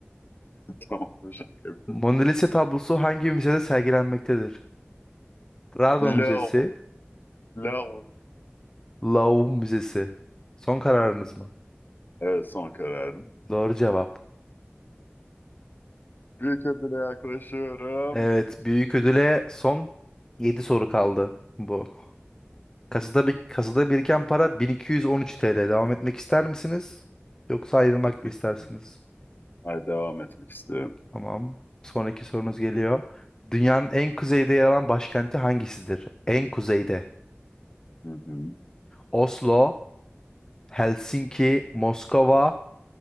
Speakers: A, on the left (about 50°); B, on the left (about 15°).
A: Tamam, <laughs> bir şaka yapıyorum.
B: Mona Lisa tablosu hangi müzede sergilenmektedir? Prado
A: Lor,
B: Müzesi,
A: lor.
B: Louvre Müzesi. Son kararınız mı?
A: Evet, son kararım.
B: Doğru cevap.
A: Büyük ödüle yaklaşıyorum.
B: Evet, büyük ödüle son 7 soru kaldı bu. Kasada, bir, kasada biriken para 1213 TL. Devam etmek ister misiniz? Yoksa ayrılmak
A: Etmek.
B: mı istersiniz?
A: istiyorum. Hayır, devam etmek istiyorum.
B: Tamam. Sonraki sorunuz geliyor. Dünyanın en kuzeyde yer alan başkenti hangisidir? En kuzeyde.
A: Hı hı.
B: Oslo, Helsinki, Moskova,